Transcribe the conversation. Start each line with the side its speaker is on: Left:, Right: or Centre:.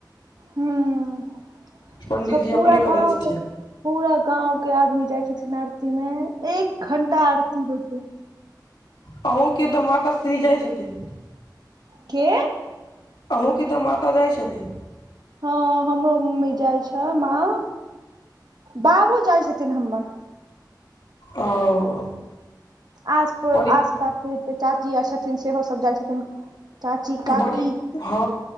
Right: हुँ
Left: पंडीजी
Right: सब पुरा
Left: अपने करै
Right: गाँव
Left: छथिन
Right: केँ पूरा गाँंव केँ आदमी जाय छथिन आरती मे एक घंटा आरती होइ छै
Left: अहुँकेँ तऽ माता श्री जाइ छथिन
Right: के
Left: अहूँके तऽ माता जाइ छथिन
Right: हँ हमरो मम्मी जाई छै माँ बाबो जाई छथिन हमर
Left: ओ
Right: आस प
Left: परी
Right: आस पासके जते चाची आ छथिन सेहो सब जाइ छथिन चाची
Left: बड़ी
Right: काकी
Left: हँ